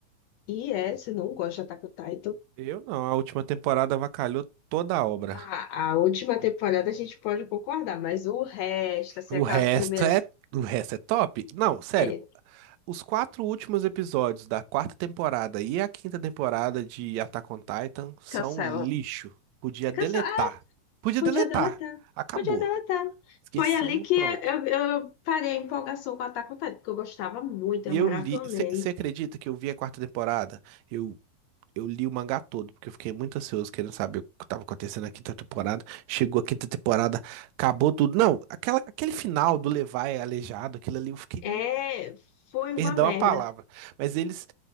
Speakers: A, on the left (about 80°); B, on the right (about 75°).
A: E é, você não gosta de Attack on Titan?
B: Eu não, a última temporada avacalhou toda a obra.
A: A, a última temporada a gente pode concordar, mas o resto, assim,
B: O
A: aquelas
B: resto
A: primeiras.
B: é, o resto é top? Não, sério,
A: É,
B: Os quatro últimos episódios da quarta temporada e a quinta temporada de Attack on Titan são
A: cancela.
B: lixo. Podia
A: É,
B: deletar.
A: cancela. Ah,
B: Podia
A: podia
B: deletar.
A: deletar.
B: Acabou.
A: Podia deletar.
B: Esqueceu,
A: Foi ali que
B: pronto.
A: eu, eu parei a empolgação com Attack on Titan, porque eu gostava muito,
B: E
A: eu maratonei.
B: eu li. Você acredita que eu vi a quarta temporada? Eu, eu li o mangá todo, porque eu fiquei muito ansioso querendo saber o que estava acontecendo na quinta temporada. Chegou a quinta temporada, acabou tudo. Não, aquela, aquele final do Levi aleijado, aquilo ali, eu fiquei.
A: É,
B: hum,
A: foi
B: Perdão
A: uma merda.
B: a palavra. Mas eles